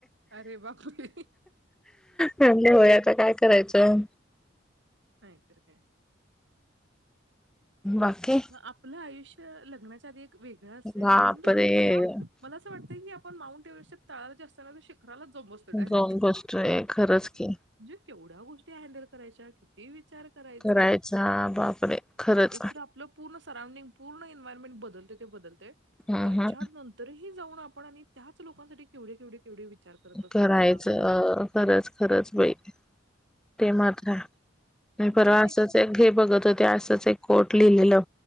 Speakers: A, on the right (about 65°); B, in the centre.
A: अरे बापरे!
B: म्हणले होय आता काय करायचं.
A: नायतर काय.
B: बाकी
A: म आपलं आयुष्य लग्नाच्या आधी एक वेगळं असेल
B: बापरे
A: लग्नानंत कुठल्या मला असं वाटतंय की आपण माऊंट एव्हेस्टच्या तळाची असताना राला जाऊन बसतोय डायरेक्ट
B: जाऊन बसतोय खरंच की
A: म्हणजे केवढ्या गोष्टी हँडेल करायच्या किती विचार करायचे
B: करायचा बापरे खरंच
A: एक तर आपलं पूर्ण सरौंडिंग पूर्ण एन्वयरमेंट बदलतंय ते बदलतंय
B: हम्म
A: त्याच्यानंतरही
B: हम्म
A: जाऊन आपण आणि त्याच लोकांसाठी केवढे केवढे केवढे विचार करत बसायचे.
B: करायचं
A: बापरे!
B: अ खरंच खरंच बाई ते मात्र हाय. नाही
A: मला
B: परवा
A: ते
B: असंच एक हे बघत होते असंच एक कोट लिहिलेलं